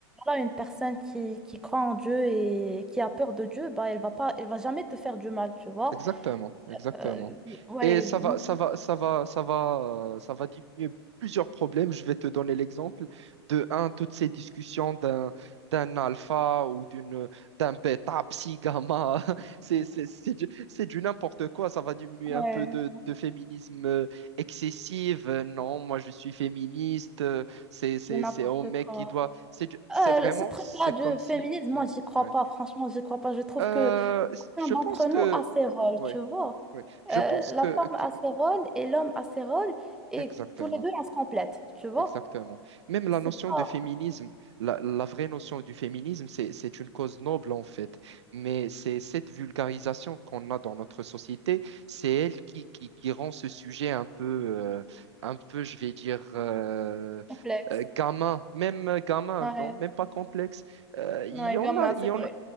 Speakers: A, in the centre; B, on the right.
A: voilà, une personne qui, qui croit en Dieu et qui a peur de Dieu, bah elle va pas, elle va jamais te faire du mal, tu vois.
B: Exactement, exactement.
A: Euh, ouais,
B: Et ça
A: non.
B: va, ça va, ça va, ça va, euh, ça va diminuer plusieurs problèmes. Je vais te donner l'exemple de un, toutes ces discussions d'un d'un alpha ou d'une d'un bêta, psi, gamma. <laughs> C'est c'est c'est du, c'est du n'importe quoi. Ça va diminuer
A: Ouais,
B: un peu de, de féminisme euh, excessif. Euh, Non, moi je suis féministe. Euh, C'est c'est
A: de n'importe
B: c'est au mec
A: quoi.
B: qui doit. C'est du- c'est
A: Euh,
B: vraiment
A: ce truc-là
B: c'est
A: de
B: comme
A: féminisme,
B: si.
A: moi,
B: Ouais,
A: j'y crois
B: ouais.
A: pas, franchement, j'y crois pas. Je trouve
B: Euh,
A: que
B: je
A: l'un d'entre
B: pense que.
A: nous a ses rôles,
B: ouais.
A: tu vois.
B: Oui, je
A: Euh,
B: pense
A: la
B: que,
A: femme
B: que-
A: a ses rôles et l'homme a ses rôles, et
B: exactement.
A: tous les deux, on se complète, tu vois.
B: Exactement. Même
A: C'est
B: la notion
A: pas.
B: de féminisme, la, la vraie notion du féminisme, c'est, c'est une cause noble en fait. Mais c'est cette vulgarisation qu'on a dans notre société, c'est elle qui, qui, qui rend ce sujet un peu, euh, un peu, je vais dire, euh,
A: Complexe.
B: euh, gamin, même euh, gamin,
A: Ouais,
B: non, même pas complexe. Euh, Il
A: ouais,
B: y en
A: grand-mère,
B: a, il
A: c'est
B: y en
A: vrai.
B: a,